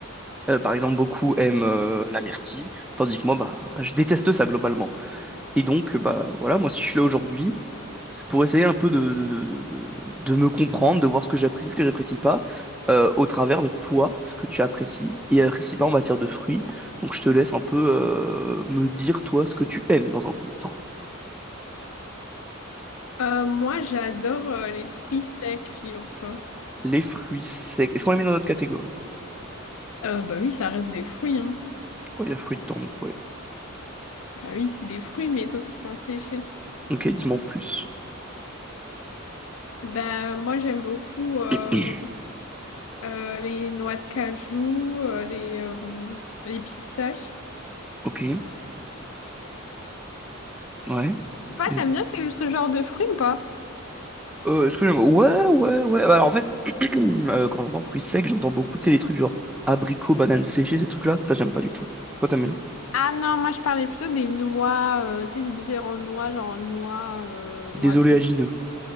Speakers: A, in the centre; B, on the left.
A: Euh, par exemple, beaucoup aiment euh, la myrtille, tandis que moi, bah, bah, je déteste ça globalement. Et donc, bah voilà, moi si je suis là aujourd'hui, c'est pour essayer un peu de, de, de, de, de me comprendre, de voir ce que j'apprécie, ce que j'apprécie pas, euh, au travers de toi, ce que tu apprécies et apprécies pas en matière de fruits. Donc je te laisse un peu euh, me dire toi ce que tu aimes dans un premier temps.
B: Euh, moi, j'adore euh, les fruits secs, figure-toi.
A: Les fruits secs. Est-ce qu'on les met dans notre catégorie?
B: Euh, bah oui, ça reste des fruits, hein.
A: Oh, il y a fruits dedans, donc ouais.
B: Bah oui, c'est des fruits, mais sauf qu'ils sont séchés.
A: Ok, dis-moi en plus.
B: Bah moi, j'aime beaucoup euh,
A: <clears throat>
B: euh, les noix de cajou, euh, les, euh, les pistaches.
A: Ok, ouais.
B: Toi,
A: Les-
B: t'aimes bien ce, ce genre de fruits ou pas?
A: Euh, est-ce que j'aime? Ouais, ouais, ouais. Bah, Alors en fait, <clears throat> euh, quand j'entends fruits secs, j'entends beaucoup, tu sais, les trucs genre abricots, bananes séchées, ces trucs-là. Ça, j'aime pas du tout. Toi, t'aimes bien?
B: Ah non, moi, je parlais plutôt des noix, euh, tu sais, des différentes noix, genre noix, euh,
A: Des
B: noix toutes.
A: oléagineux.